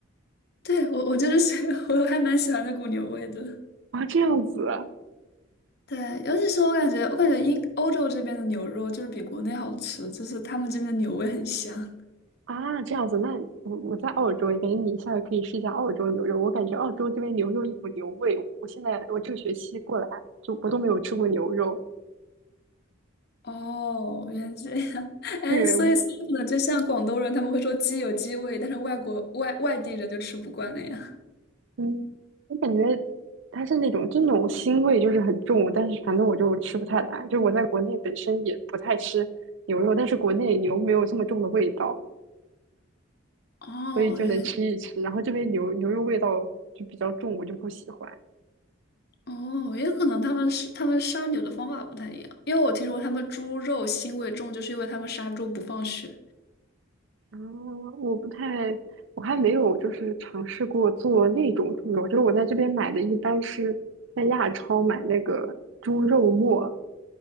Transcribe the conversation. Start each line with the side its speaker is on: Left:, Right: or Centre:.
Left: 对，我，我就是喜 <laughs> 我还蛮喜欢那股牛味的。
Right: <laughs> 啊，这样子啊。
Left: 对，尤其是我感觉，我感觉英欧洲这边的牛肉就是比国内好吃，就是他们这边的牛味很香。
Right: 啊，这样子，那我我在澳洲，感觉你下回可以试一下澳洲牛肉。我感觉澳洲这边牛肉一股牛味，我现在我这个学期过来就我都没有吃过牛肉。
Left: 哦，原来这样，<laughs> 哎，
Right: 对，
Left: 所以所以呢，就像广东人他们会说鸡有鸡味，但是外国外外地人就吃不惯那样。
Right: 嗯，我感觉它是那种就那种腥味就是很重，但是反正我就吃不太来。就我在国内本身也不太吃牛肉，但是国内牛没有这么重的味道，
Left: 哦，
Right: 所以就能吃一吃。
Left: 原来
Right: 然后这边牛牛肉味道就比较重，我就不喜欢。
Left: 哦，也可能他们是他们杀牛的方法不太一样，因为我听说他们猪肉腥味重，就是因为他们杀猪不放血。
Right: 啊，我不太，我还没有就是尝试过做那种猪肉，就是我在这边买的一般是在亚超买那个猪肉末，